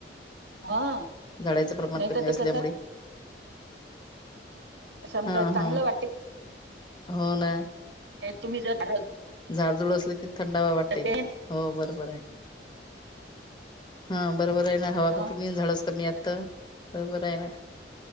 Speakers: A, on the right; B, on the left.
A: हा नाही
B: झाडाचं प्रमाण कमी
A: तर ते
B: असल्यामुळे
A: कसे आहे समजा
B: हा
A: चांगलं
B: हा
A: वाटे
B: हो ना
A: तुम्ही जर
B: झाडझुड असलं की थंडावा वाटते
A: बसले ते
B: हो बरोबर आहे हा बरोबर आहे ना हवा
A: हा,
B: कुठून येन झाडच कमी आ बरोबर आहे ना